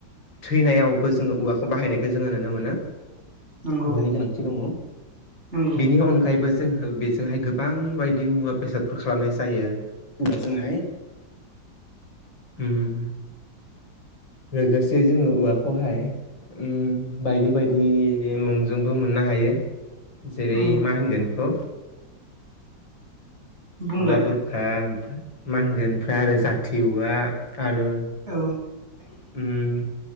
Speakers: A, on the left; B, on the right.
A: थैनायावबो जोङो औवाखौ बाहायनायखौ जोङो नुनो मोनो औवानि
B: नंगौ
A: गोनांथि दङ।
B: नंगौ
A: बेनि अनगायैबो जोंङो बेजोंहाय गोबां बायदि मुवा बेसादफोर खालामनाय जायो। जोंहाय उम लोगोसे जे जोङो औवाखौहाय उम बायदि बायदि मुंजोंबो मोननो हायो। जेरै
B: उम
A: मा होनगोन बेखौ
B: बुंलाय
A: औवा बुर खा मा होनगोन ओमफ्राय आरो जाथि औवा आरो
B: औ
A: उम